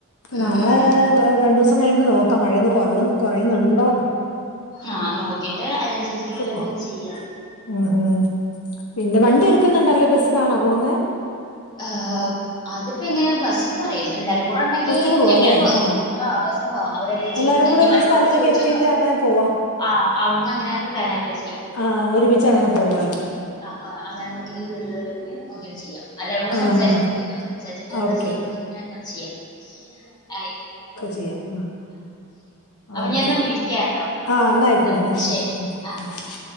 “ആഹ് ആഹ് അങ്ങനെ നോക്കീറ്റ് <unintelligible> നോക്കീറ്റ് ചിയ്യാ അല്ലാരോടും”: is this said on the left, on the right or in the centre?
Left